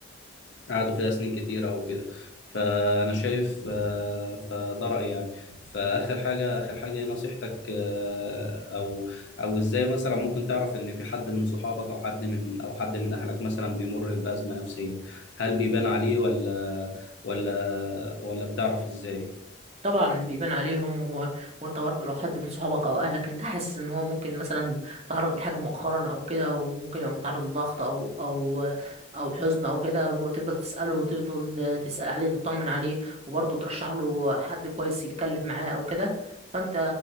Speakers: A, on the left (about 65°); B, on the right (about 30°).
A: وقعدوا فيها سنين كتيرة وكده فأنا شايف آه، فده رأيي يعني فآخر حاجة آخر حاجة إيه نصيحتك آه، أو أو إزاي مثلا ممكن تعرف إن في حد من صحابك أو حد من أو حد من أهلك مثلا بيمر بأزمة نفسية هل بيبان عليه ولا ولا ولا بتعرف إزاي؟
B: طبعا بيبان عليهم و... وانت برضه لو حد من صحابك او اهلك انت حاسس ان هو ممكن مثلا تعرض لحاجه مؤخرا او كده وممكن يبقى متعرض لضغط او او او حزن او كده م- تفضل تساله وتفضل تسال عليه تطمن عليه وبرضه ترشح له حد كويس يتكلم معاه او كده فانت